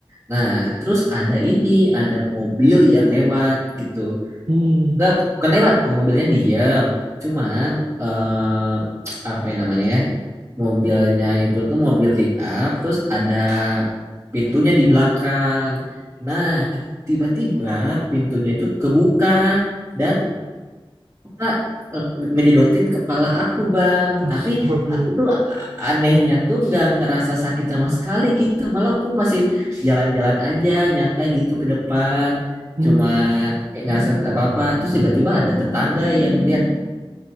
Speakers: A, on the right; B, on the right.
A: nah terus ada ini ada mobil yang lewat gitu
B: hmm.
A: nggak bukan lewat oh, mobilnya diem cuman eh, apa yang namanya ya mobilnya itu tuh mobil pick up terus ada pintunya di belakang nah tiba-tiba pintunya itu kebuka dan Pak, eh, ngejedotin kepala aku bang
B: Astagfirullah.
A: tapi aku tuh a- anehnya tuh nggak ngerasa sakit sama sekali gitu malah aku masih jalan-jalan aja nyantai gitu ke depan
B: Hmm,
A: cuman kayak nggak sakit apa-apa terus tiba-tiba ada tetangga yang lihat